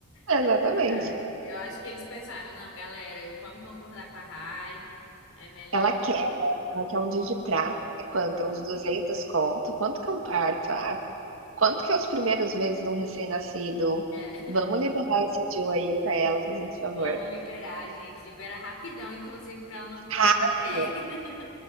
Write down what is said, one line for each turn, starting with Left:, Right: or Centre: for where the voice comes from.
Right: Exatamente.
Left: É verdade. Eu acho que eles pensaram, não, galera, eu, vamos concordar com a Rai, é melhor.
Right: Ela quer, ela quer um dia de prata, né, quanto? Uns 200 conto? Quanto que é um parto? "Ah, quanto que é os primeiros meses de um recém-nascido?
Left: é,
Right: Vamos liberar esse DIU aí pra ela fazer esse favor".
Left: Vamos liberar, gente. Libera rapidão, inclusive, pra ela não mudar
Right: Rápido,
Left: de ideia. <laughs>